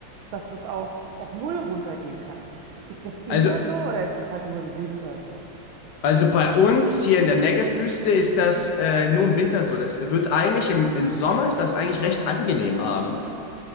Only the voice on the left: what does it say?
also,
also bei uns hier in der Negev-Wüste ist das
äh, nur im Winter so. Das wird eigentlich im, im Sommer ist das eigentlich recht angenehm abends.